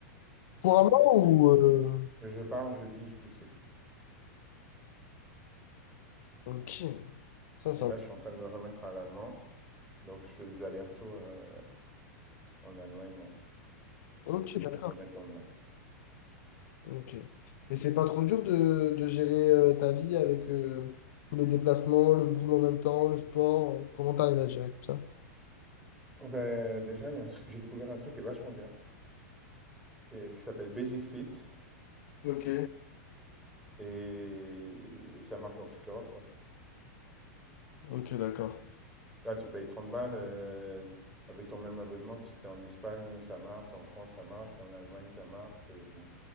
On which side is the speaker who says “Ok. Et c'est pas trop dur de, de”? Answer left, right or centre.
Left